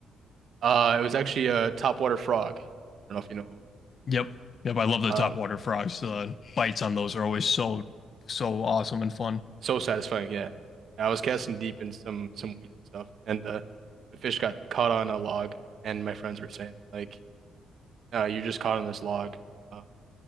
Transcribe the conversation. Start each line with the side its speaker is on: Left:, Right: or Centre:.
Right: Uh it was actually a topwater frog. I don't know if you know.
Left: Yep. Yep, I love the
Right: Uh
Left: top water frogs. The bites on those are always so so awesome and fun.
Right: So satisfying, yeah. I was casting deep in some some weed and stuff, and the, the fish got caught on a log. And my friends were saying, like, uh, you're just caught on this log. Uh,